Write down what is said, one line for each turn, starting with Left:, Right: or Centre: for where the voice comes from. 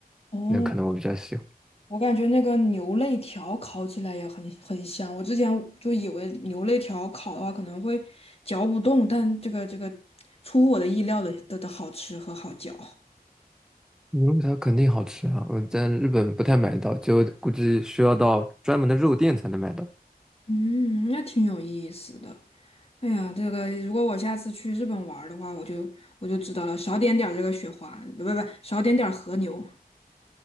Left: 哦，
Centre: 那可能我比较喜欢。
Left: 我感觉那个牛肋条烤起来也很很香。我之前就以为牛肋条烤的话可能会嚼不动，但这个这个出乎我的意料的的的好吃和好嚼。
Centre: 牛肉它肯定好吃啊，我在日本不太买到，就估计需要到专门的肉店才能买到。
Left: 嗯，那挺有意思的。哎呀，这个如果我下次去日本玩儿的话，我就我就知道了，少点点儿这个雪花，不不不，少点点儿和牛。